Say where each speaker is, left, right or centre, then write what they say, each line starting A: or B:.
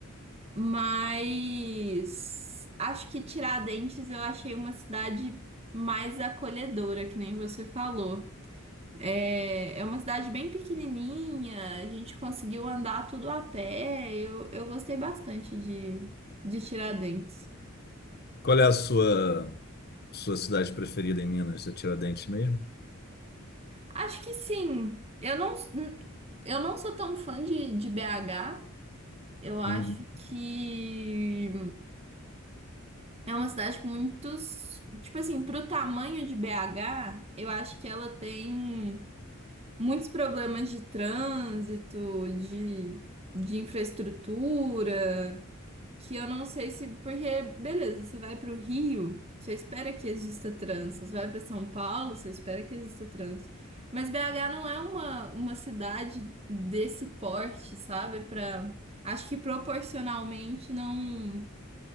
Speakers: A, on the right; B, on the left.
A: Mas acho que Tiradentes eu achei uma cidade mais acolhedora, que nem você falou. É, é uma cidade bem pequenininha, a gente conseguiu andar tudo a pé. Eu, eu gostei bastante de, de Tiradentes.
B: Qual é a sua, sua cidade preferida em Minas? É Tiradentes mesmo?
A: Acho que sim. Eu não, eu não sou tão fã de, de BH. Eu acho
B: Hum.
A: que. É uma cidade com muitos. Tipo assim, pro tamanho de BH, eu acho que ela tem muitos problemas de trânsito, de, de infraestrutura, que eu não sei se. Porque, beleza, você vai pro Rio, você espera que exista trânsito. Você vai pra São Paulo, você espera que exista trânsito. Mas BH não é uma, uma cidade desse porte, sabe? Pra, acho que proporcionalmente não.